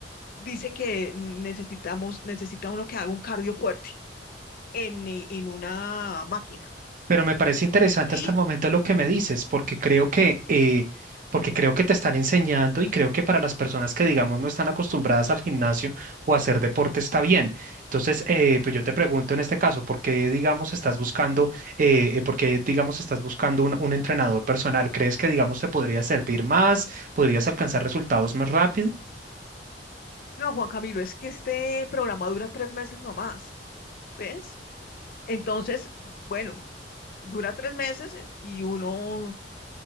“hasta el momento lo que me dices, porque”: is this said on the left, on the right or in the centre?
Right